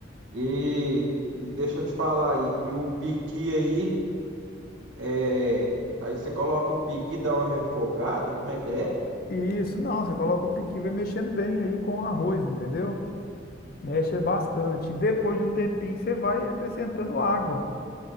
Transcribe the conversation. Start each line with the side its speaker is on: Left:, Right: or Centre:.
Right: E, e deixa eu te falar, e, e o piqui aí, é, aí você coloca o piqui, dá uma refogada, como é que é?
Left: Isso, não, você coloca o piqui, e vai mexendo bem aí com o arroz, entendeu? Mexe bastante. Depois de um tempinho, você vai acrescentando água.